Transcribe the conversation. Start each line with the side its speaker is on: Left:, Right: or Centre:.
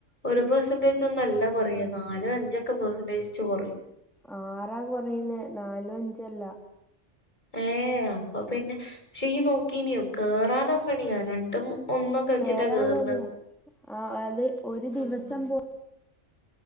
Left: ഒരു പെർസെന്റേ ജൊന്നല്ല കൊറയ നാലും അഞ്ചൊക്കെ പെർസെന്റേജുവെച്ച് കൊറയും.
Centre: ആറാ കൊറയ്ന്നേ നാലും അഞ്ചല്ല.
Left: ഏഹ് അപ്പൊ പിന്നെ ക്ഷെ നീ നോക്കീയ്ന്യോ കേറാനും പണിയാ രണ്ടും ഒന്നൊക്കെ വെച്ചിട്ടാ
Centre: കേറാൻ
Left: കേറുന്നത്
Centre: പണിയാ ആഹ് അത് ഒരു
Left: ആഹ്.
Centre: ദിവസം പോ